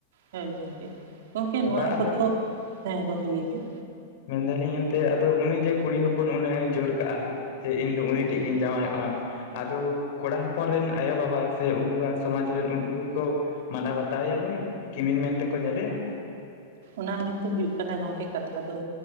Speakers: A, on the right; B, on the left.
A: ᱦᱮᱸ ᱜᱚᱝᱠᱮ, ᱜᱚᱝᱠᱮ ᱱᱚᱣᱟ
B: ᱵᱟ ᱟᱫᱚ
A: ᱠᱚᱫᱚ ᱦᱮᱸ ᱜᱚᱝᱠᱮ ᱞᱟᱹᱭ ᱵᱤᱱ?
B: ᱢᱮᱱᱫᱟᱞᱤᱧ ᱮᱱᱛᱮᱜ ᱟᱫᱚ ᱩᱱᱤ ᱡᱮ ᱠᱩᱲᱤ ᱦᱚᱯ ᱯᱚᱱ ᱩᱱᱟᱹᱜ ᱮ ᱡᱳᱨ ᱠᱟᱜᱼᱟ ᱡᱮ ᱤᱧ ᱫᱚ ᱩᱱᱤ ᱴᱷᱮᱜ ᱜᱤᱧ ᱡᱟᱶᱟᱭᱚᱜᱼᱟ᱾ ᱟᱫᱚ ᱠᱚᱲᱟ ᱦᱚᱯᱚᱱ ᱨᱮᱱ ᱟᱭᱳᱵᱟᱵᱟ ᱥᱮ ᱩᱱᱠᱩᱣᱟᱜ ᱥᱚᱢᱟᱡᱽ ᱨᱮᱱ ᱩᱱᱠᱩ ᱠᱚᱜᱮ ᱠᱚ ᱢᱟᱱᱟᱣ ᱵᱟᱛᱟᱣᱭᱟ ᱱᱩᱭ, ᱠᱤᱢᱤᱱ ᱢᱮᱱ ᱛᱮᱠᱚ ᱧᱮᱞᱮᱭᱟ᱾
A: ᱚᱱᱟ ᱜᱮᱛᱚ ᱦᱩᱭᱩᱜ ᱠᱟᱱᱟ ᱜᱚᱝᱠᱮ ᱠᱟᱛᱷᱟ ᱫᱚ,